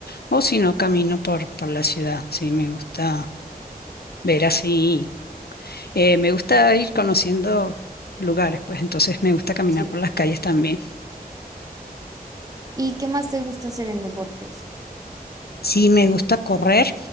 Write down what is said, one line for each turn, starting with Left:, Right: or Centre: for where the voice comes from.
Left: O si no, camino por, por la ciudad. Sí, me gusta ver así. eh, me gusta ir conociendo lugares, pues entonces me gusta caminar
Right: Sí.
Left: por las calles también.
Right: ¿Y qué más te gusta hacer en deportes?
Left: Sí, me gusta correr,